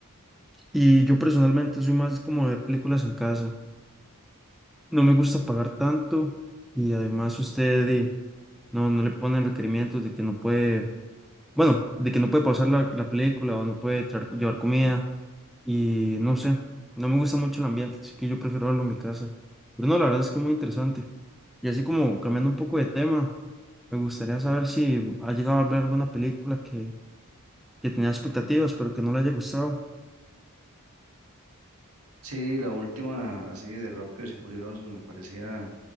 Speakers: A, in the centre; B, on the right.
A: Y yo personalmente soy más como de ver películas en casa. No me gusta pagar tanto y además usted di, no, no le ponen requerimientos de que no puede Bueno, de que no puede pausar la, la película o no puede traer, llevar comida y no sé, no me gusta mucho el ambiente, así que yo prefiero verlo en mi casa. Pero no, la verdad es que es muy interesante. Y así como cambiando un poco de tema, me gustaría saber si ha llegado a ver alguna película que, que tenía expectativas, pero que no le haya gustado.
B: Sí, la última así de Rápidos y Furiosos me parecía